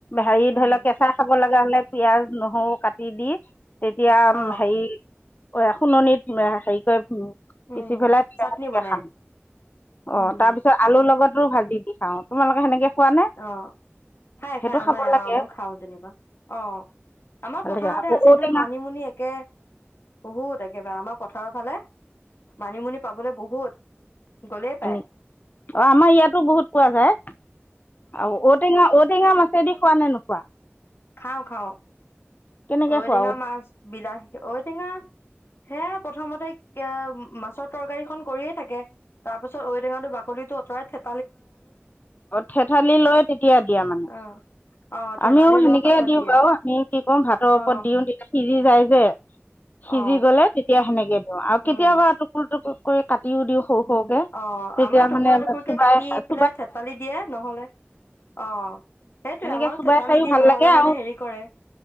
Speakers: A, on the left; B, on the left.
A: হেৰি
B: উম
A: ধৰি লওক কেঁচা খাব লাগে। হে পিয়াজ নহৰু কাটি দি। তেতিয়া
B: অ
A: হেৰি অ শুননিত হেৰি <unintelligible>
B: উম
A: পিচি পেলাই তে সেনেকে
B: চাটনি বনাই
A: খাম অ
B: উম
A: তাৰপিছত আলুৰ লগত আলু ভাজি দি খাওঁ তোমালোকে সেনেকে খোৱা নে
B: অ খাই
A: সেইটো
B: খাই আমাৰ
A: খাব লাগে
B: আমক খাওঁ যেনিবা অ আমাৰ
A: ভাল
B: পথাৰতে
A: লাগে আকৌ
B: আছে
A: ঔটেঙা
B: নহয় মানিমুনি একে বহুত একেবাৰে আমাৰ পথাৰৰ ফালে মানিমুনি পাবলৈ বহুত। গ'লেই পায়
A: অ আমাৰ ইয়াতো বহুত পোৱা যায় অ ঔটেঙা ঔটেঙা মাছেদি খোৱা নে নোখোৱা?
B: খাওঁ খাওঁ
A: কেনেকৈ
B: ঔটেঙা
A: খোৱা
B: মাছ বিলাহী ঔটেঙা সেয়া প্ৰথমতে। মাছৰ তৰকাৰী খন কৰিয়ে থাকে তাৰ পিছত ঔ টেঙাো বাকলিটো আঁতৰাই থাক
A: থেঠালি লৈ তেতিয়া দিয়া মানে
B: অ অ থেতালি
A: আমিও
B: লোৱাৰ
A: সেনে
B: পাছত
A: দিওঁ
B: দিয়ে
A: বাৰু আমি কি কৰো ভাতৰ ওপৰত
B: অ
A: দিওঁ দিলে সি। য যায়ছে সিজি
B: অ
A: গলে তেতিয়া সেনেকে দিওঁ আৰু
B: উম
A: কেতিয়াবা টুকুৰ টুকুৰ। কৰি কাটি দিও দিওঁ সৰু
B: উম
A: সৰুকে
B: অ
A: তেতিয়া
B: আমাৰ টুকুৰা
A: মানে
B: টুকুৰকে
A: চবাই
B: কাটি পেলাই থেতালি দিয়ে নহ'লে অ সেইটোৱে
A: সেনেকৈ
B: আমাৰো
A: চোবাই
B: থেতালি
A: খায়ো
B: দিয়ে
A: ভাল
B: নহ'লে
A: লাগে
B: মানে
A: আৰু
B: হেৰি কৰে